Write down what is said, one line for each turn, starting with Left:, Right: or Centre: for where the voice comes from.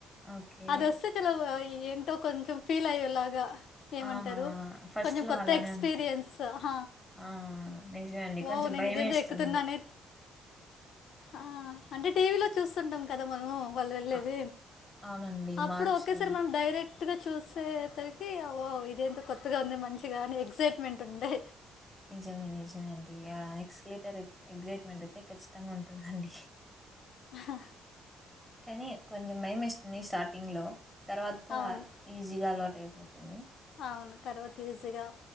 Centre: ఓకే
Left: అది వస్తే చలో ఏంటో కొంచెం ఫీల్ అయ్యేలాగా ఏమంటారు
Centre: ఆహా ఫస్ట్
Left: కొంచెం
Centre: లో
Left: కొత్త
Centre: అలానే
Left: ఎక్స్పీరియన్స్
Centre: ఉం
Left: హ
Centre: ఆ నిజమే అండి
Left: ఓ
Centre: కొంచెం
Left: నేను
Centre: భయం
Left: ఇదేందో
Centre: వేస్తుంది
Left: ఎక్కుతున్నానే ఆ అంటే టీవీలో చూస్తుంటాం కదా మనం వాళ్ళు వెళ్ళేది
Centre: అ అవునండి
Left: అప్పుడు
Centre: మార్చ్
Left: ఒకేసారి
Centre: లో
Left: మనం డైరెక్ట్ కొత్తగా చూసే తడికి అ ఇది ఎంత కొత్తగా ఉంది మంచిగా అని ఎక్సైట్మెంట్ ఉండే
Centre: నిజమే నిజమే ఆ ఎక్సలటర్ ఎగ్జైట్మెంట్ అయితే ఖచ్చితంగా ఉంటుందండి
Left: హా
Centre: కానీ కొంచెం భయం యేస్తుంది స్టార్టింగ్లో తర్వాత
Left: అవును
Centre: ఈజీగా అలవాటు అయిపోతుంది
Left: అవును తర్వాత ఈజీగా